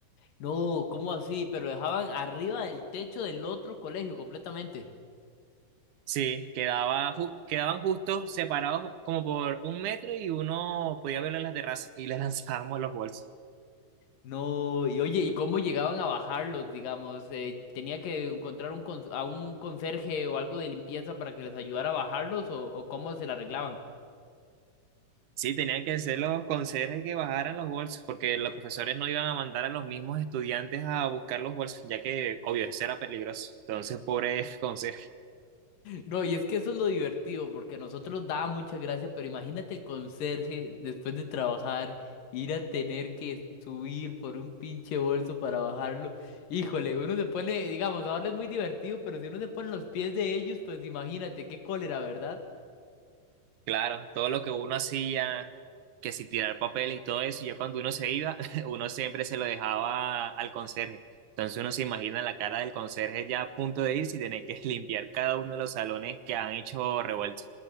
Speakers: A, on the left (about 75°); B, on the right (about 70°).
A: No, ¿cómo así? Pero dejaban arriba del techo del otro colegio completamente.
B: Sí, quedaba, ju- quedaban justos separados como por un metro y uno podía verlo en la terraza y le <laughs> lanzábamos los bolsos.
A: No, y oye, ¿y cómo llegaban a bajarlos, digamos? Eh, ¿tenía que encontrar un con- a un conserje o algo de limpieza para que les ayudara a bajarlos o, o cómo se la arreglaban?
B: Sí, tenían que ser los conserjes que bajaran los bolsos, porque los profesores no iban a mandar a los mismos estudiantes a buscar los bolsos, ya que, obvio, eso era peligroso. Entonces, pobre <laughs> conserje.
A: No, y es que eso es lo divertido, porque a nosotros daba mucha gracia, pero imagínate el conserje después de trabajar, ir a tener que subir por un pinche bolso para bajarlo. Híjole, uno se pone, digamos, ahora es muy divertido, pero si uno se pone en los pies de ellos, pues imagínate, qué cólera, ¿verdad?
B: Claro, todo lo que uno hacía, que si tirar papeles y todo eso, ya cuando uno se iba, <laughs> uno siempre se lo dejaba al conserje. Entonces, uno se imagina la cara del conserje ya a punto de irse y tener que <laughs> limpiar cada uno de los salones que han hecho revuelto.